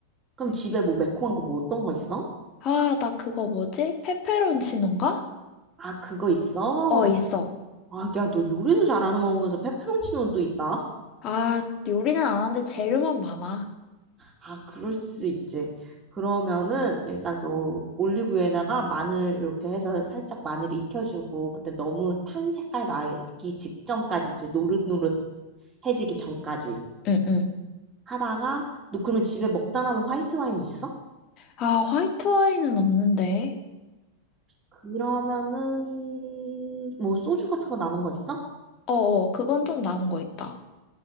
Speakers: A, on the right; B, on the left.
A: 그럼 집에 뭐 매콤한 거 뭐 어떤 거 있어?
B: 아, 나 그거 뭐지? 페페론치노인가?
A: 아 그거 있어?
B: 어, 있어.
A: 아 야 너 요리도 잘하는 먹으면서 페페론치노는 또 있다?
B: 아, 요리는 안 하는데 재료만 많아.
A: 아 그럴 수 있지. 그러면은 일단 그 올리브유에다가 마늘 이렇게 해서 살짝 마늘 익혀주고 그때 너무 탄 색깔 나기 직전까지 지 노릇노릇해지기 전까지
B: 응, 응.
A: 하다가 너 그러면 집에 먹다 남은 화이트 와인이 있어?
B: 아, 화이트 와인은 없는데.
A: 그러면은 뭐 소주 같은 거 남은 거 있어?
B: 어, 어, 그건 좀 남은 거 있다.